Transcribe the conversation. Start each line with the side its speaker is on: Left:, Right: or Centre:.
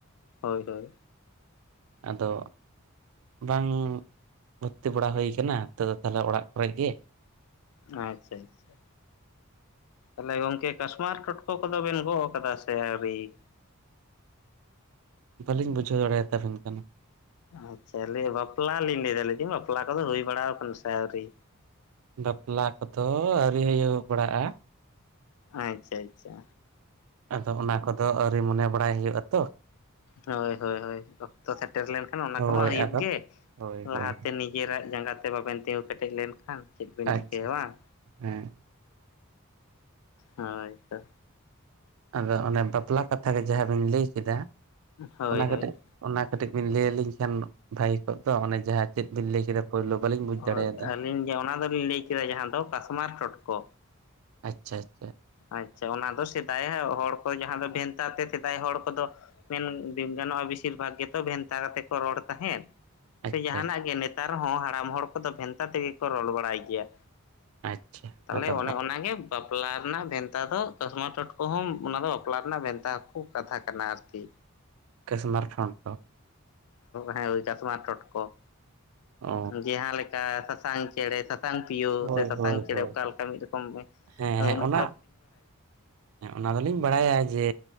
Left: ᱦᱳᱭ ᱦᱳᱭ
Right: ᱟᱫᱚ ᱵᱟᱝ ᱵᱷᱩᱨᱛᱤ ᱜᱟᱛᱤ ᱵᱟᱲᱟ ᱦᱩᱭ ᱠᱟᱱᱟ ᱛᱚ ᱛᱟᱦᱚᱞᱮ ᱚᱲᱟᱜ ᱠᱚᱨᱮ ᱜᱮ
Left: ᱟᱪᱪᱷᱟ ᱟᱪᱪᱷᱟ ᱛᱟᱦᱚᱞᱮ ᱜᱚᱝᱠᱮ ᱠᱟᱥᱢᱟᱨ ᱴᱚᱴᱠᱚ ᱠᱚᱫᱚ ᱵᱮᱱ ᱜᱚᱜ ᱠᱟᱫᱟ ᱥᱮ ᱟᱹᱣᱨᱤ
Right: ᱵᱟᱹᱞᱤᱧ ᱵᱩᱡᱷᱟᱹᱣ ᱫᱟᱲᱮᱭᱟᱼᱛᱟᱵᱮᱱ ᱠᱟᱱᱟ
Left: ᱟᱪᱷᱟ ᱞᱟᱹᱭ ᱵᱟᱯᱞᱟ ᱞᱤᱧ ᱞᱟᱹᱭ ᱫᱟ ᱞᱮ ᱵᱟᱯᱞᱟ ᱠᱚᱫᱚ ᱦᱩᱭ ᱵᱟᱲᱟ ᱟᱠᱟᱱᱟ ᱥᱮ ᱟᱹᱣᱨᱤ
Right: ᱵᱟᱯᱞᱟ ᱠᱚᱫᱚ ᱟᱹᱣᱨᱤ ᱦᱩᱭᱩᱜ ᱵᱟᱲᱟᱜᱼᱟ
Left: ᱟᱪᱷᱟ ᱟᱪᱪᱷᱟ
Right: ᱟᱫᱚ ᱚᱱᱟ ᱠᱚᱫᱚ ᱟᱹᱣᱨᱤ ᱢᱚᱱᱮ ᱵᱟᱲᱟᱭ ᱦᱩᱭᱩᱜ ᱟᱛᱚ?
Left: ᱦᱳᱭ ᱦᱳᱭ ᱦᱳᱭ ᱚᱠᱛᱚ ᱥᱮᱴᱮᱨ ᱞᱮᱱᱠᱷᱟᱱ ᱚᱱᱟ ᱠᱚᱢᱟ
Right: ᱦᱳᱭ
Left: ᱦᱩᱭᱩᱜ
Right: ᱟᱫᱚ
Left: ᱜᱮ
Right: ᱦᱳᱭ ᱦᱳᱭ
Left: ᱞᱟᱦᱟᱛᱮ ᱱᱤᱡᱮᱨᱟᱜ ᱡᱟᱸᱜᱟᱛᱮ ᱵᱟᱵᱮᱱ ᱛᱤᱸᱜᱩ ᱠᱮᱴᱮᱡ ᱞᱮᱱᱠᱷᱟᱱ ᱪᱮᱫ ᱵᱮᱱ
Right: ᱟᱪᱪᱷᱟ
Left: ᱪᱤᱠᱟᱹᱭᱟ ᱵᱟᱝ,
Right: ᱦᱮᱸ
Left: ᱦᱳᱭᱛᱚ
Right: ᱟᱫᱚ ᱚᱱᱮ ᱵᱟᱯᱞᱟ ᱠᱟᱛᱷᱟᱜᱮ ᱡᱟᱦᱟᱸ ᱵᱤᱱ ᱞᱟᱹᱭ ᱠᱮᱫᱟ
Left: ᱦᱳᱭ
Right: ᱚᱱᱟ
Left: ᱦᱳᱭ
Right: ᱠᱟᱹᱴᱤᱡ ᱚᱱᱟ ᱠᱟᱹᱴᱤᱡ ᱵᱤᱱ ᱞᱟᱹᱭ ᱟᱹᱞᱤᱧ ᱠᱷᱟᱱ ᱵᱷᱟᱹᱜᱤ ᱠᱚᱜ ᱛᱚ ᱚᱱᱮ ᱡᱟᱦᱟᱸ ᱪᱮᱫ ᱵᱤᱱ ᱞᱟᱹᱭ ᱠᱮᱫᱟ? ᱯᱳᱭᱞᱳ ᱵᱟᱹᱞᱤᱧ ᱵᱩᱡᱽ
Left: ᱦᱳᱭ
Right: ᱫᱟᱲᱮᱭᱟᱫᱟ
Left: ᱟᱹᱞᱤᱧ ᱜᱮ ᱚᱱᱟ ᱫᱚᱞᱤᱧ ᱞᱟᱹᱭ ᱠᱮᱫᱟ ᱡᱟᱦᱟᱸ ᱫᱚ ᱠᱟᱥᱢᱟᱨ ᱴᱚᱴᱠᱚ
Right: ᱟᱪᱷᱟᱷᱟᱪ
Left: ᱟᱪᱪᱷᱟ ᱚᱱᱟ ᱫᱚ ᱥᱮᱫᱟᱭ ᱦᱚᱲ ᱠᱚ ᱡᱟᱦᱟᱸ ᱫᱚ ᱵᱷᱮᱱᱛᱟ ᱛᱮ ᱥᱮᱫᱟᱭ ᱦᱚᱲ ᱠᱚ ᱠᱚᱫᱚ ᱢᱮᱱ ᱜᱟᱱᱚᱜᱼᱟ ᱵᱮᱥᱤᱨ ᱵᱷᱟᱜᱽ ᱜᱮᱛᱚ ᱵᱷᱮᱱᱛᱟ ᱠᱟᱛᱮᱫ ᱠᱚ ᱨᱚᱲ ᱛᱟᱦᱮᱸᱫ ᱥᱮ
Right: ᱟᱪᱪᱷᱟ
Left: ᱡᱟᱦᱟᱱᱟᱜ ᱜᱮ ᱱᱮᱛᱟᱨ ᱦᱚᱸ ᱦᱟᱲᱟᱢ ᱦᱚᱲ ᱠᱚᱫᱚ ᱵᱷᱮᱱᱛᱟ ᱛᱮᱜᱮ ᱠᱚ ᱨᱚᱲ ᱵᱟᱲᱟᱭ ᱜᱮᱭᱟ
Right: ᱟᱪᱪᱷᱟ
Left: ᱛᱟᱦᱚᱞᱮ
Right: ᱟᱫᱚ
Left: ᱚᱱᱮ ᱚᱱᱟᱜᱮ ᱵᱟᱯᱞᱟ ᱨᱮᱱᱟᱜ ᱵᱷᱮᱱᱛᱟ ᱫᱚ ᱪᱟᱥᱢᱟ ᱴᱚᱴ ᱠᱚ ᱦᱚᱸᱢ ᱚᱱᱟ ᱫᱚ ᱵᱟᱯᱞᱟ ᱨᱮᱱᱟᱜ ᱵᱷᱮᱱᱛᱟ ᱠᱩ ᱠᱟᱛᱷᱟ ᱠᱟᱱᱟ ᱟᱨᱠᱤ
Right: ᱠᱟᱥᱢᱟᱨ ᱴᱷᱚᱱᱴᱚ
Left: ᱦᱮᱸ ᱪᱟᱥᱢᱟ ᱴᱚᱴ ᱠᱚ
Right: ᱚ
Left: ᱡᱟᱦᱟᱸᱞᱮᱠᱟ ᱥᱟᱥᱟᱝ ᱪᱮᱸᱻᱬᱮᱸ ᱥᱟ ᱥᱟᱥᱟᱝ ᱯᱤᱭᱳ
Right: ᱦᱳᱭ
Left: ᱥᱮ ᱥᱟᱥᱟᱝ
Right: ᱦᱳᱭ
Left: ᱪᱮᱸᱻᱬᱮᱸ
Right: ᱦᱳᱭ
Left: ᱚᱠᱟ ᱞᱮᱠᱟ ᱢᱤᱫ ᱨᱚᱠᱚᱢ
Right: ᱦᱮᱸ
Left: ᱩᱱᱟᱹ
Right: ᱦᱮᱸ ᱚᱱᱟ ᱦᱮᱸ ᱚᱱᱟ ᱫᱚᱞᱤᱧ ᱵᱟᱲᱟᱭᱟ ᱡᱮ